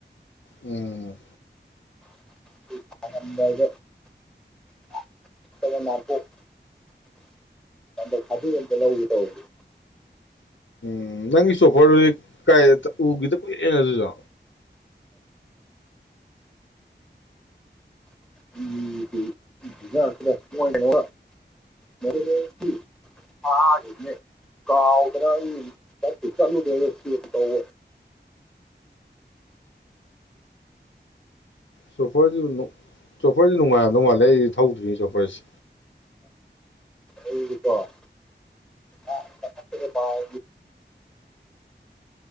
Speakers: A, on the left; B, in the centre.
A: ꯎꯝ
B: <unintelligible> <unintelligible> ꯑꯃꯇ ꯂꯧꯒꯦ ꯇꯧꯕꯅꯦ
A: ꯎꯝ ꯅꯪꯒꯤ ꯁꯣꯐꯔꯗꯨꯗꯤ ꯀꯥꯏ ꯎꯈꯤꯗ ꯀꯨꯏꯔꯦꯅ ꯑꯗꯨꯁꯨ
B: <inaudible> <inaudible> <unintelligible> <unintelligible> <inaudible>
A: ꯁꯨꯄꯔꯖꯨ ꯅꯣ ꯆꯣꯄꯔꯖ ꯅꯨꯡꯉꯥꯏꯗꯧ ꯃꯥꯜꯂꯦ ꯑꯩꯗꯤ ꯊꯧꯗ꯭ꯔꯤ ꯆꯣꯄꯔꯁ
B: ꯑꯩꯗꯤꯀꯣꯑ ꯃꯊꯥꯛꯇꯒ ꯄꯥꯏ